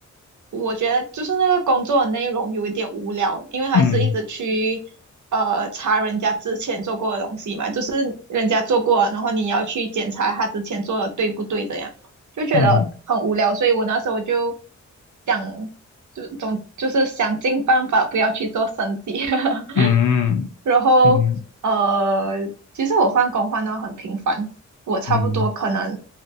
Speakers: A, on the right; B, on the left.
A: 我觉得就是那个工作的内容有一点无聊，因为他是一直去呃查人家之前做过的东西嘛，
B: 嗯
A: 就是人家做过，然后你要去检查他之前做的对不对，这样就觉得很无聊，
B: 嗯
A: 所以我那时候就想，就总就是想尽办法不要去做审计。<laughs>
B: 嗯嗯嗯
A: 然后呃，其实我换工换到很频繁，我差不多可能
B: 嗯